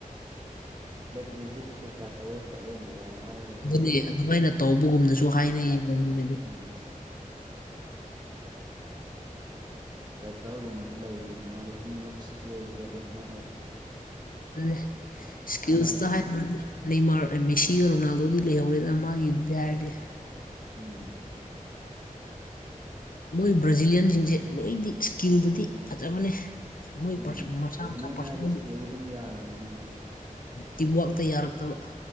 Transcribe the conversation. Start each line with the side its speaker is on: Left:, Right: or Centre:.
Right: ꯕ꯭ꯂꯦꯛ ꯃꯦꯖꯤꯛꯀ ꯀꯩꯀꯥ ꯇꯧꯋꯦ ꯈꯣꯠꯂꯦꯅ ꯍꯥꯏꯔꯒ
Left: ꯑꯗꯨꯅꯤ ꯑꯗꯨꯃꯥꯏꯅ ꯇꯧꯕꯒꯨꯝꯅꯁꯨ ꯍꯥꯏꯅꯩꯌꯦꯕ ꯃꯤꯅꯗꯤ
Right: ꯎꯝ ꯇꯥꯏꯇꯜꯒꯨꯝꯕꯁꯨ ꯂꯩꯕꯅꯤꯅ ꯃꯥꯗꯤ ꯀꯤꯡ ꯑꯣꯐ ꯏꯁꯀꯤꯜꯁꯀ ꯑꯗꯨꯝ ꯃꯥ
Left: ꯃꯥꯅꯦ ꯏꯁꯀꯤꯜꯁꯇꯥ
Right: ꯍꯥꯏꯅꯔꯤꯅꯤꯅꯦ
Left: ꯍꯥꯏꯔꯨꯔꯗꯤ ꯅꯦꯃꯥꯔ ꯑꯦ ꯃꯦꯁꯤꯒ ꯔꯣꯅꯥꯜꯗꯣꯗꯤ ꯂꯩꯍꯧꯔꯦꯗ ꯃꯥꯒꯤꯗ ꯍꯥꯏꯔꯗꯤ
Right: ꯎꯝ
Left: ꯃꯣꯏ ꯕ꯭ꯔꯥꯖꯤꯂꯤꯂꯤꯌꯥꯟꯁꯤꯡꯁꯦ ꯂꯣꯏꯗꯤ ꯏꯁꯀꯤꯜꯗꯗꯤ ꯐꯖꯕꯅꯦ ꯃꯣꯏ
Right: ꯎꯝ
Left: ꯄꯔꯁ- ꯃꯁꯥ
Right: ꯕ꯭ꯔꯖꯤꯂꯤꯌꯟ
Left: ꯃꯁꯥ ꯄꯥꯔꯁꯣꯅꯦꯜ
Right: ꯍꯥꯏꯔꯗꯤ ꯏꯁꯀꯤꯜꯗꯤ ꯑꯗꯨꯝ ꯌꯥꯔꯕꯅꯦ ꯃꯣꯏꯁꯦ
Left: ꯇꯤꯝꯋꯥꯛꯇ ꯌꯥꯔꯛꯇꯕ